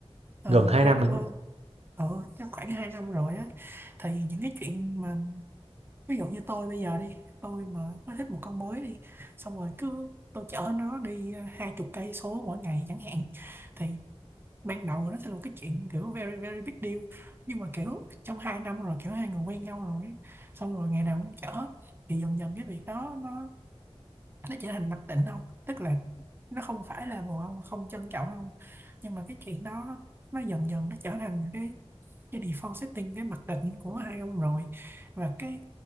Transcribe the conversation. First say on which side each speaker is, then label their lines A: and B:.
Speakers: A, on the right (about 20°); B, on the right (about 75°).
A: ờ,
B: gần hai
A: hai
B: năm
A: năm
B: rồi
A: hơn
B: đó.
A: ừ chắc khoảng hai năm rồi á thì những cái chuyện mà ví dụ như tôi bây giờ đi tôi mà mới thích một con mới đi xong rồi cứ tôi chở nó đi ờ, hai chục cây số mỗi ngày chẳng hạn thì ban đầu nó sẽ là một cái chuyện kiểu very very big deal nhưng mà kiểu trong hai năm rồi kiểu hai người quen nhau rồi ấy, xong rồi ngày nào cũng chở thì dần dần cái việc đó nó nó trở thành mặc định không tức là nó không phải là bồ ông không trân trọng không nhưng mà cái chuyện đó nó dần dần nó trở thành cái cái default setting cái mặc định của hai ông rồi và cái